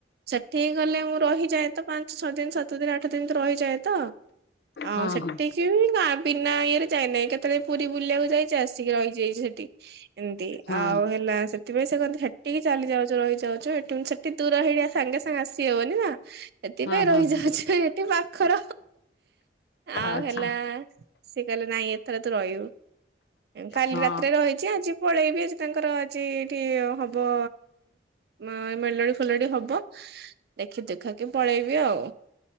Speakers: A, on the right; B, on the left.
A: ସେଠିି ଗଲେ ମୁଁ ରହିଯାଏ। ତ ପାଞ୍ଚ, ଛଅ ଦିନ, ସାତ ଦିନ, ଆଠ ଦିନ ତ ରହିଯାଏ ତ ଆଉ
B: ହଁ
A: ସେଟି
B: ହଁ
A: କେବେ ବି ନାଁ ବିନା ଇଏରେ ଯାଇନାହିଁ କେତଳେ ପୁରୀ ବୁଲିବାକୁ ଯାଇଚ ଆସିକି ରହିଯାଇଚି ସେଟି। ଏମତି
B: ହଁ
A: ଆଉ ହେଲା ସେଥିପାଇଁ ସେ କଅନ୍ତି ହେ ଟିକି ଚାଲି ଯାଉଚୁ ରହିଯାଉଚୁ ଏଟୁଁ ସେଠି ଦୂର ହେଇଯା ସାଙ୍ଗେ ସାଙ୍ଗେ ଆସିହବନି ନାଁ ହେତିପାଇଁ
B: ହଁ ହଁ
A: ରହିଯାଉଚୁ
B: ହଁ
A: ଏଠି ପାଖର ଆଉ
B: ଆଚ୍ଛା
A: ହେଲା ସେ କହିଲେ ନାଇଁ ଏଥର ତୁ ରହିବୁ। ଉଁ କାଲି
B: ହଁ
A: ରାତିରେ ରହି ଚି ଆଜି ପଳେଇବି ଆଜି ତାଙ୍କର ଆଜି ଏଠି ହବ ମ ଏ ମେଲୋଡ଼ି ଫେଲୋଡି଼ ହବ ଦେଖି ଦୁଖାକି ପଳେଇବି ଆଉ।